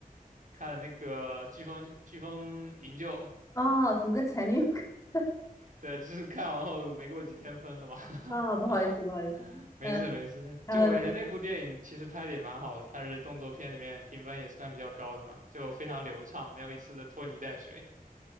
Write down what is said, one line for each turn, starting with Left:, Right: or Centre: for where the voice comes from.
Right: 看了那个《飓风飓风营救》，
Left: 啊，哦怎么跟前女友 <laughs>
Right: 对，就是看完后没过几天分了嘛。<laughs>
Left: 啊？不好意思，不好意思，
Right: 没事没事，
Left: 嗯，然后就
Right: 就我感觉那部电影其实拍的也蛮好的，它是动作片里面评分也算比较高的嘛，就非常流畅，没有一丝的拖泥带水。